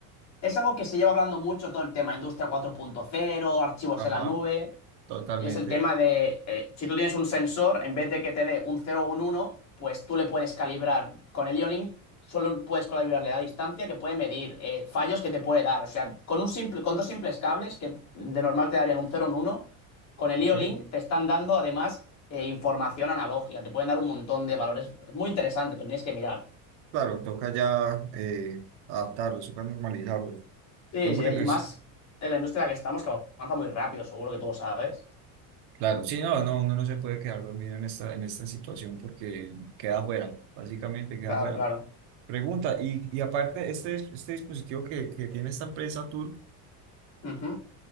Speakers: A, on the left; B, on the right.
A: es algo que se lleva hablando mucho todo el tema, industria cuatro punto cero, archivos
B: Ajá,
A: en la nube.
B: totalmente.
A: Y es el tema de, eh, si tú tienes un sensor, en vez de que te dé un cero o un uno pues tú le puedes calibrar. Con el IO-Link solo puedes calibrarle la distancia que puede medir, eh, fallos que te puede dar. O sea, con un simple, con dos simples cables que de normal te darían un cero o un uno con el IO-Link
B: ok.
A: te están dando además eh, información analógica. Te pueden dar un montón de valores. Es muy interesante, pero tienes que mirar.
B: Claro, toca ya eh, adaptarlo, toca normalizarlo.
A: Sí,
B: Eh,
A: sí,
B: porque,
A: y
B: pues,
A: más en la industria en la que estamos, que avanza muy rápido, seguro que tú lo sabes.
B: claro, sí, no, no, uno no se puede quedar dormido en esta, en esta situación porque queda fuera, básicamente queda
A: Claro,
B: fuera.
A: claro.
B: Pregunta, y, y aparte, este, este dispositivo que, que tiene esta empresa Turk,
A: Ujú.